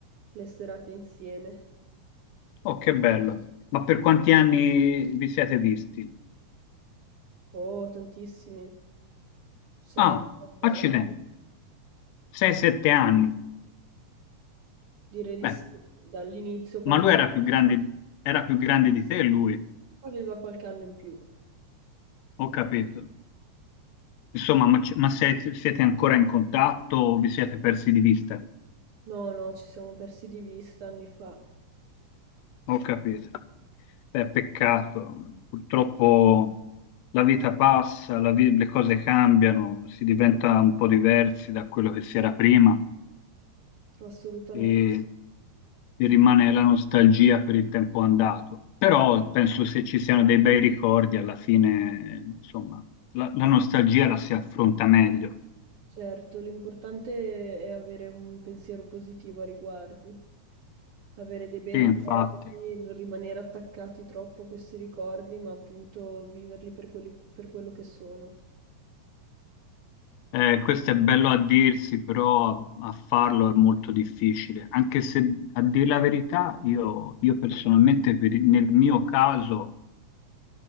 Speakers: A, on the right; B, on the left.
A: le serate insieme.
B: Oh, che bello. Ma per quanti anni vi siete visti?
A: Oh, tantissimi. 6,
B: Ah,
A: 7
B: accidenti.
A: anni.
B: 6-7 anni.
A: Direi di
B: Beh,
A: sì, dall'inizio quando
B: ma lui era più grande, era più grande di te, lui.
A: aveva qualche anno in più.
B: Ho capito. Insomma, ma, ci- ma se- siete ancora in contatto o vi siete persi di vista?
A: No, no, ci siamo persi di vista anni fa,
B: Ho capito. Beh, peccato. Purtroppo la vita passa, la vi- le cose cambiano, si diventa un po' diversi da quello che si era prima
A: assolutamente.
B: e ti rimane la nostalgia per il tempo andato. Però penso se ci siano dei bei ricordi, alla fine, insomma, la, la nostalgia la si affronta meglio.
A: Certo, l'importante è avere un pensiero positivo a riguardo, avere dei bei
B: Sì,
A: ricordi,
B: infatti.
A: non rimanere attaccati troppo a questi ricordi, ma appunto viverli per quelli- per quello che sono.
B: Eh, questo è bello a dirsi, però a farlo è molto difficile, anche se a dire la verità io, io personalmente per il- nel mio caso